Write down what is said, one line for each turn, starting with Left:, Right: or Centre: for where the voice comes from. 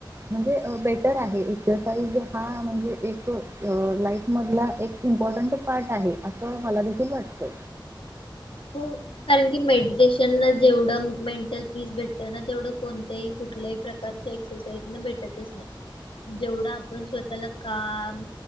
Right: म्हणजे बेटर आहे एक्सरसाइज हा म्हणजे एक लाईफ मधला एक इम्पॉर्टंट पार्ट आहे अस मला देखील वाटत
Left: हो कारण की मेडिटेशन जेवढं मेंटल पीस भेटत ना तेवढ कोणत्याही कुठल्याही प्रकारच्या एक्सरसाइज भेटतच नाही जेवढ आपण स्वतःला काम